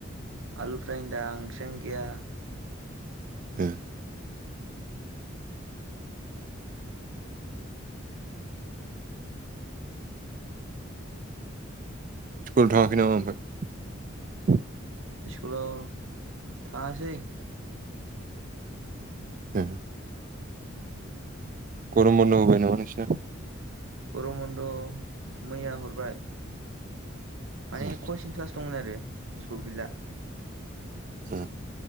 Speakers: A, on the right; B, on the right.
A: आलु फ्राइ होनदां ओंख्रियानो गैया
B: ए स्कुल थाङाखै नामा ओमफ्राय
A: इसकुलाव थाङासै।
B: ए गरम बन्द होबाय नामा नोंसिना
A: गरम बन्द मैया हरबाय। माने
B: उम
A: कचिं क्लास दंमोन आरो इस्कुल गैला।
B: ए